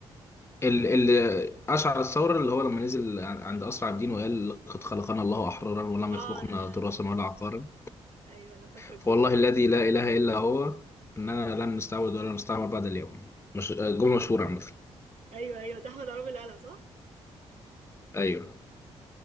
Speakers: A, on the left; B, on the right.
A: اللي اللي اشعل الثوره اللي هو لما نزل عند اسرع الدين وقال لقد خلقنا الله احرارا ولم
B: اه
A: يخلقنا
B: انا
A: تراثا ولا عقارا
B: ايوه انا فاكره الجمله
A: فوالله
B: دي
A: الذي لا اله الا هو اننا لن نستعبد ولا نستعمر بعد اليوم مش جمله مشهوره عامه
B: ايوه ايوه ده احمد عرابي اللي قالها صح
A: ايوه